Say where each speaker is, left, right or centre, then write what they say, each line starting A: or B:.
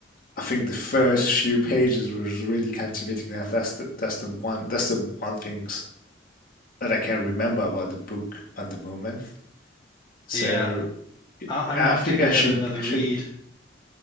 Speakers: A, on the left; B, on the left.
A: I think the first few pages was really captivating. That that's the, that's the one that's the one thing that I can remember about the book at the moment. So
B: yeah. I
A: yeah,
B: I'm gonna have
A: I think
B: to give
A: I should
B: that another
A: I should
B: read.